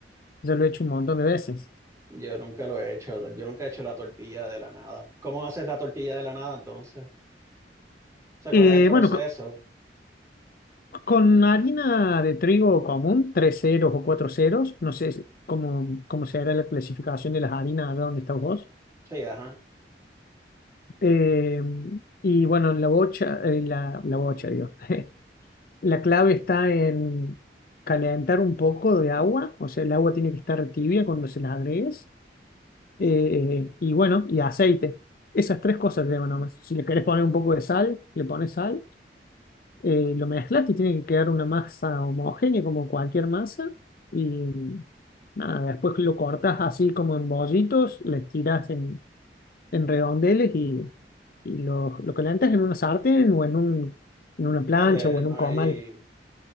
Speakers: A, on the left; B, on the right.
A: ya lo he hecho un montón de veces.
B: Yo nunca lo he hecho. Yo nunca he hecho la tortilla de la nada. ¿Cómo haces la tortilla de la nada entonces? O sea,
A: Eh,
B: ¿cuál es el proceso?
A: bueno, co- Con harina de trigo común, tres ceros o cuatro ceros, no sé si- cómo, cómo será la clasificación de las harinas allá donde estás vos.
B: Sí, ajá.
A: Eh, y bueno, la bocha, eh, la, la bocha, digo. <laughs> La clave está en calentar un poco de agua, o sea, el agua tiene que estar tibia cuando se la agregues. Eh, y bueno, y aceite. Esas tres cosas llevan nomás. Si le querés poner un poco de sal, le pones sal. eh, lo mezclas, te tiene que quedar una masa homogénea como cualquier masa y nada, después lo cortas así como en bollitos, le tiras en, en redondeles y, y lo, lo calentas en una sartén o en un, en una plancha
B: O sea que
A: o en
B: no
A: un
B: hay.
A: comal.